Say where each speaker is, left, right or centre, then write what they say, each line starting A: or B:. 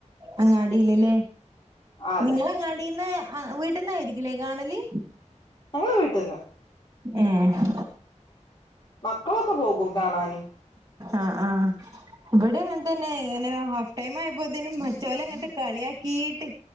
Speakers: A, on the right (about 30°); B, on the left (about 40°).
A: അങ്ങാടില്ല് ലേ
B: അതെ
A: നിങ്ങളങ്ങാടിന്ന് ആഹ് വീട്ട്ന്നായിരികുലെ കാണല്?
B: ഞങ്ങള് വീട്ട്ന്ന്.
A: ഏഹ്
B: മക്കളൊക്കെ പോകും കാണാന്.
A: ആഹ് ആഹ് ഇവിടിം അങ്ങൻതന്നെ ഇങ്ങനെ ഹാഫ് ടൈംമായപ്പോത്തിന് മറ്റോലങ്ങട്ട് കളിയാകീട്ട്